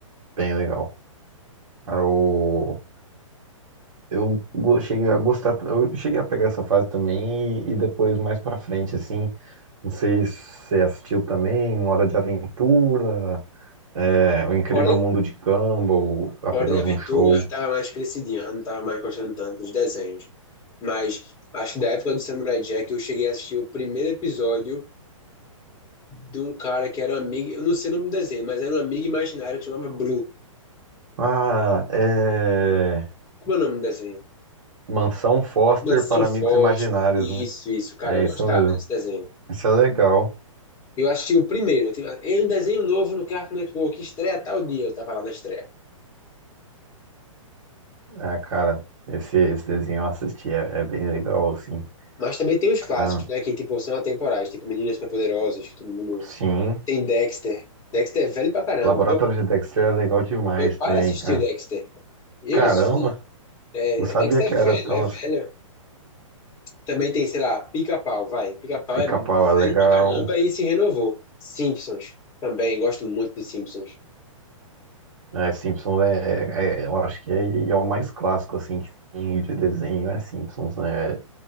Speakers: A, on the right (about 75°); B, on the left (about 20°).
A: Bem legal. Cara, o... eu go- cheguei a gostar. Eu cheguei a pegar essa fase também e depois, mais pra frente, assim. Não sei se você assistiu também Hora de Aventura, é, O Incrível
B: Hora,
A: Mundo de Gumball, apenas
B: Hora de Aventura
A: um show.
B: eu já tava mais crescidinho, já não tava mais gostando tanto dos desenhos. Mas acho que da época do Samurai Jack eu cheguei a assistir o primeiro episódio de um cara que era um amigo. Eu não sei o nome do desenho, mas era um amigo imaginário que chamava Blue.
A: Ah, é
B: Como é o nome do desenho?
A: Mansão Foster
B: Mansão
A: para
B: Foster.
A: Amigos Imaginários,
B: Isso,
A: né?
B: isso, cara,
A: É
B: eu
A: isso
B: gostava
A: mesmo.
B: desse desenho.
A: Isso é legal.
B: Eu assisti o primeiro. Eu tinha- "Ei, um desenho novo no Cartoon Network, estreia tal dia. Eu tava lá na estreia.
A: Ah, cara, esse, esse desenho eu assisti, é, é bem legal, assim.
B: Mas também tem os clássicos,
A: Ah,
B: né? Que, tipo, são atemporais. Tipo, Meninas Superpoderosas, que todo mundo...
A: sim.
B: Tem Dexter. Dexter é velho pra caramba.
A: Laboratório
B: Meu,
A: de Dexter é legal demais
B: meu pai
A: também,
B: assistiu
A: cara.
B: Dexter. Eu
A: Caramba,
B: assisti. É,
A: não sabia
B: Dexter
A: que
B: é
A: era
B: velho,
A: tão
B: é velho.
A: assim.
B: Também tem, sei lá, Pica-Pau, vai. Pica-Pau
A: Pica-pau
B: é velho
A: é legal.
B: pra caramba e se renovou. Simpsons. Também, gosto muito de Simpsons.
A: É, Simpsons é, é- é, eu acho que é, é o mais clássico assim que tem de desenho, é Simpsons, né?